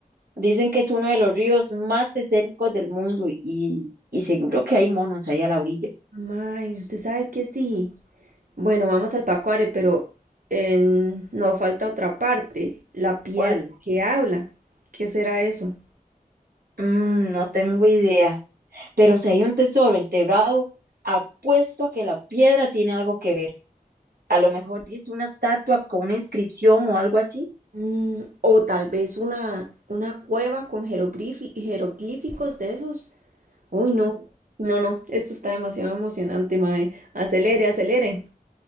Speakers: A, on the right (about 85°); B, on the right (about 65°).
A: Dicen que es uno de los ríos más escénicos del mundo y, y seguro que hay monos ahí a la orilla.
B: Ay, usted sabe que sí. Bueno, vamos al Pacuare, pero en- nos falta otra parte, la piedra
A: ¿Cuál?
B: que habla. ¿Qué será eso?
A: Mm, no tengo idea. Pero si hay un tesoro enterrado, apuesto a que la piedra tiene algo que ver. A lo mejor es una estatua con una inscripción o algo así.
B: Mm, o tal vez una, una cueva con jeroglifi- jeroglíficos de esos. Uy, no, no, no, esto está demasiado emocionante, mae. Acelere, acelere.